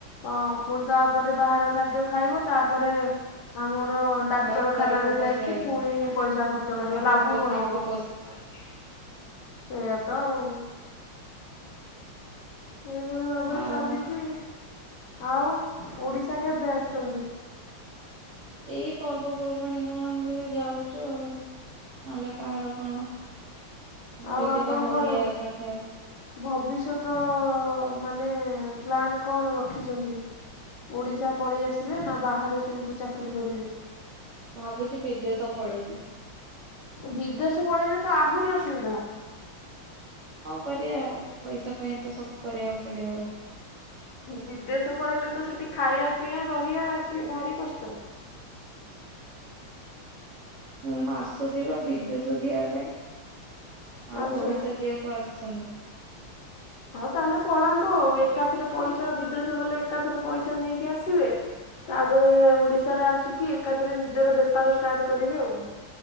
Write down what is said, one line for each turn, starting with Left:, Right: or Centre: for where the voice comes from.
Left: ହଁ ପୁଣି ତାପରେ ବାହାର ଖାଦ୍ୟ ଖାଇବ ତାପରେ ଆମର ଡାକ୍ତରଖାନାରେ
Right: ଡାକ୍ତର କୁ ବସେଇବା
Left: ଯାଇକି ପୁଣି ପଇସା ଖର୍ଚ୍ଚ କରିବା।
Right: ତାଙ୍କୁ
Left: ଲାଭ
Right: ପୋ
Left: କଣ
Right: ତାଙ୍କୁ
Left: ହବ? ପୋଷିବା କ
Right: <inaudible>
Left: ସେଇୟାତ ଆଉ ଏଇଭଳି ଭାବରେ
Right: ଆଉ
Left: ଚାଲିଚି। ଆଉ ଓଡିଶା କେବେ ଆସୁଛନ୍ତି?
Right: ଏଇ ପର୍ବପର୍ବାଣୀ କଣ ହେଲେ ଯାଉଛୁ ଆଉ। ନହେଲେ କାହାର କଣ?
Left: ଆଉ
Right: ଯଦି
Left: ଆପଣ
Right: ବାହାଘରିଆ
Left: କଣ
Right: ଏକା ଥାଏ।
Left: ଭବିଷ୍ୟତ ମାନେ ପ୍ଲାନ କଣ ରଖିଛନ୍ତି? ଓଡିଶା ପଳେଇ ଆସିବେ ନା ବାହାରେ ସେମିତି ଚାକିରି କରିବେ?
Right: ଭାବୁଛି ବିଦେଶ ପଳେଇବି।
Left: ବିଦେଶ ପଳେଇଲେ ତ ଆହୁରି ଅସୁବିଧା।
Right: କଁ କରିବା ପଇସା ପାଇଁ ତ ସବୁ କରିବାକୁ ପଡିବ।
Left: ବିଦେଶ ପଳେଇଲେ ତ ସେଠି ଖାଇବା ପିଇଆ ରହିବା ସିଏ ଭାରି କଷ୍ଟ।
Right: ଉଁ ଆସୁଛି ବା ବିଦେଶ ଯିବା ପାଇଁ। ଆଉ
Left: ଆଚ୍ଛା।
Right: ଓଡିଶା ଯିବା କୁ କ ଆସୁନି।
Left: ହଁ ତାହେଲେ ପଳାନ୍ତୁ ଆଉ ଏକାଥରେ ପଇସା
Right: ହୁଁ ହୁଁ।
Left: ବିଦେଶ ଗଲେ ଏକାଥରେ ପଇସା ନେଇକି ଆସିବେ। ତାପରେ ଓଡିଶାରେ ଆସିକି ଏକାଥରେ ନିଜର ବେପାର ଷ୍ଟାର୍ଟ କରିବି ଆଉ।